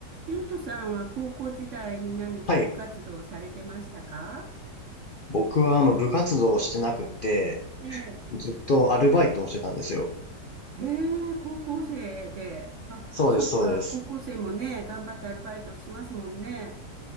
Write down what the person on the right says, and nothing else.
ゆうとさんは高校時代に何か部活動をされてましたか
ええ。
へえ、高校生で。あ、
そっか、
高校生もね、頑張ってアルバイトをしますもんね。